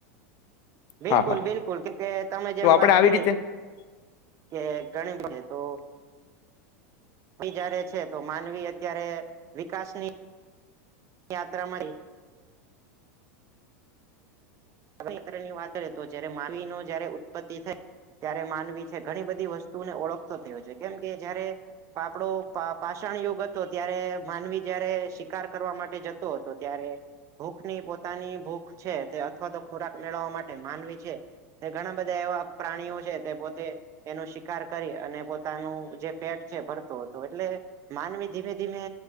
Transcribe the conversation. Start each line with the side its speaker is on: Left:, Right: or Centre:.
Right: બિલકુલ
Left: હા હા
Right: બિલકુલ કે કે તમે જેમ
Left: તો આપડે
Right: વાત
Left: આવી
Right: કરી
Left: રીતે
Right: કે ઘણી બધી તો <unintelligible> જારે છે તો માનવી અત્યારે વિકાસની યાત્રામાં <unintelligible> વાત કરી તો જય્યારે માવી નો જયારે ઉત્પત્તિ થય ત્યારે માનવી છે ઘણી બધી વસ્તુને ઓળખતો થયો છે કેમ કે જયારે પાપડો પાષણ યોગ હતો ત્યારે માનવી જયારે શિકાર કરવા માટે જતો હતો ત્યારે ભૂખની પોતાની ભૂખ છે તે અથવા તો ખોરાક મેળવવા માટે માનવી છે તે ઘણા બધા એવા પ્રાણીઓ છે તે પોતે એનો શિકાર કરી અને પોતાનું જે પેટ છે ભરતો હતો એટલે માનવી ધીમે ધીમે